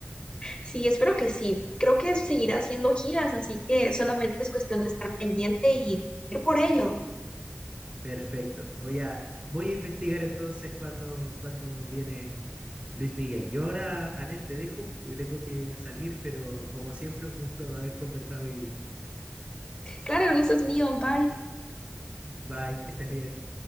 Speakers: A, on the left; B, on the right.
A: Sí, espero que sí. Creo que seguirá haciendo giras, así que solamente es cuestión de estar pendiente y ir por ello.
B: Perfecto. Voy a, voy a investigar entonces cuando, cuando viene Luis Miguel. Yo ahora, Anel, te dejo porque tengo que salir, pero como siempre, un gusto haber conversado hoy día.
A: Claro, el gusto es mío. Bye.
B: Bye, que estés bien.